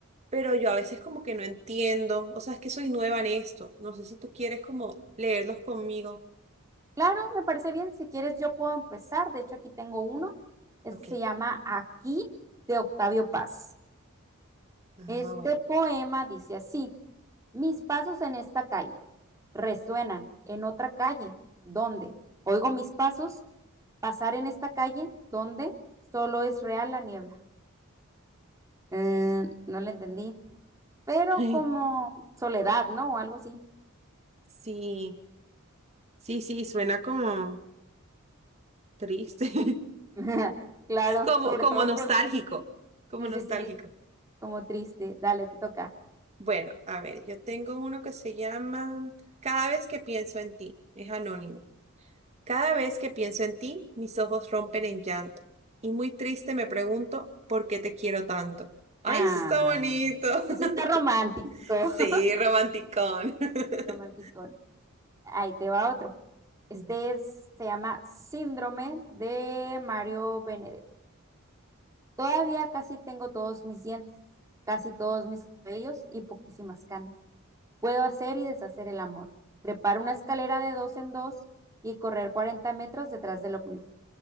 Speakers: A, on the right; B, on the right.
A: pero yo a veces como que no entiendo, o sea, es que soy nueva en esto, no sé si tú quieres como leerlos conmigo.
B: Claro, me parece bien. Si quieres, yo puedo empezar. De hecho, aquí tengo uno. Este
A: Ok,
B: se llama Aquí de Octavio Paz.
A: ah,
B: Este
A: bueno.
B: poema dice así, mis pasos en esta calle resuenan en otra calle, ¿dónde? Oigo mis pasos pasar en esta calle, ¿dónde? Solo es real la niebla. Eh, no le entendí, pero
A: <laughs>
B: como soledad, ¿no? O algo así.
A: Sí, sí, sí, suena como triste, <laughs>
B: <laughs> Claro,
A: como,
B: sobre
A: como
B: todo
A: nostálgico,
B: porque,
A: como
B: sí,
A: nostálgico.
B: sí, sí, como triste. Dale, te toca.
A: Bueno, a ver, yo tengo uno que se llama Cada vez que pienso en ti. Es anónimo. Cada vez que pienso en ti, mis ojos rompen en llanto. Y muy triste me pregunto por qué te quiero tanto. ¡Ay,
B: Ah,
A: eso está bonito! <laughs>
B: eso está romántico. <laughs>
A: Sí, romanticón. <laughs>
B: Romanticón. Ahí te va otro. Este
A: Ujú.
B: es- se llama Síndrome de Mario Benedetti. Todavía casi tengo todos mis dientes, casi todos mis cabellos y poquísimas canas. Puedo hacer y deshacer el amor, trepar una escalera de dos en dos y correr 40 metros detrás del ómnibus.